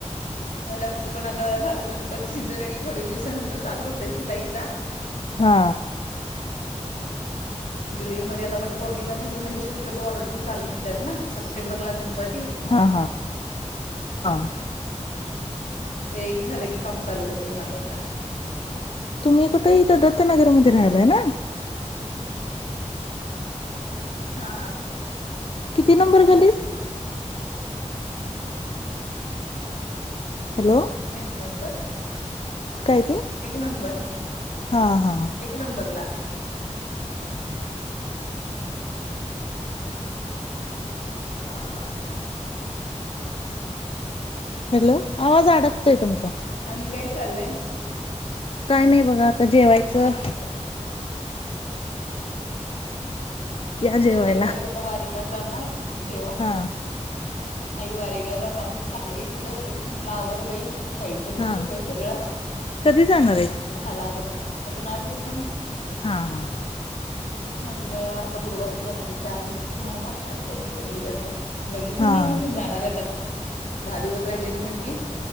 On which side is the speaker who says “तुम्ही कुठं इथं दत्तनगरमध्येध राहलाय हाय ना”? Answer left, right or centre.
Left